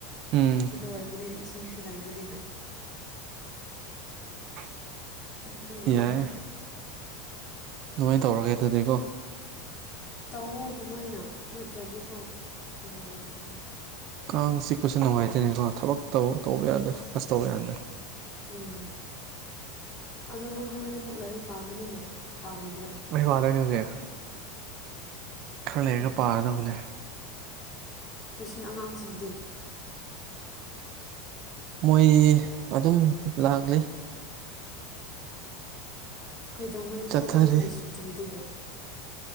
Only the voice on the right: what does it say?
ꯎꯝ
<inaudible>
ꯌꯥꯏ ꯑꯗꯨꯃꯥꯏꯅ ꯇꯧꯔꯒꯦ ꯑꯗꯨꯗꯤꯀꯣ
ꯀꯥꯡ ꯆꯤꯛꯄꯁꯦ ꯅꯨꯡꯉꯥꯏꯇꯦꯅꯦꯀꯣ ꯊꯕꯛ ꯇꯧꯕ ꯇꯧꯕ ꯌꯥꯗꯦꯕ ꯑꯁ ꯇꯧꯕ ꯌꯥꯗꯦꯕ
ꯍꯣꯏ ꯄꯥꯔ ꯌꯦꯡꯖꯤꯔ ꯈꯔ ꯂꯩꯔꯒ
ꯄꯥꯔꯗꯕꯅꯦ
ꯃꯣꯏ ꯑꯗꯨꯝ ꯂꯥꯛꯂꯤ
ꯆꯠꯊꯔꯤ